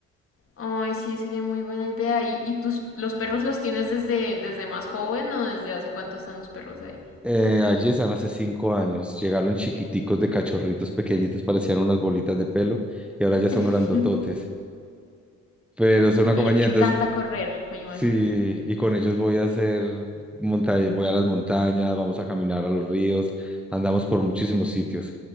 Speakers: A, on the left; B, in the centre.
A: Ay, sí, sería muy buena idea. ¿Y, y tus, los perros los tienes desde, desde más joven o desde hace cuánto están los perros ahí?
B: Eh, allí están hace cinco años. Llegaron chiquiticos de cachorritos pequeñitos, parecían unas bolitas de pelo y ahora ya son
A: <laughs>
B: grandototes. pero son una
A: Y
B: compañía,
A: les encanta
B: entonces
A: correr, me imagino.
B: sí, y con ellos voy a hacer montaña, voy a las montañas, vamos a caminar a los ríos, andamos por muchísimos sitios.